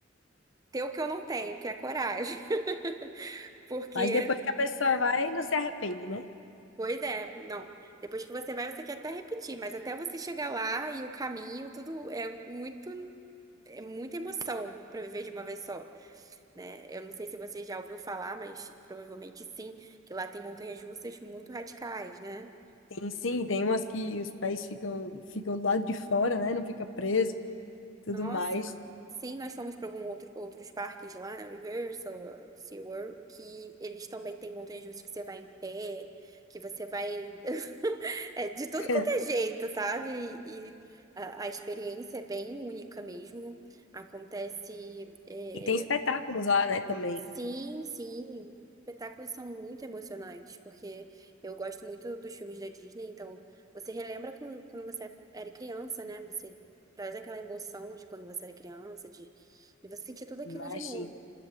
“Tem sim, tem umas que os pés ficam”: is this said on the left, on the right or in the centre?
Left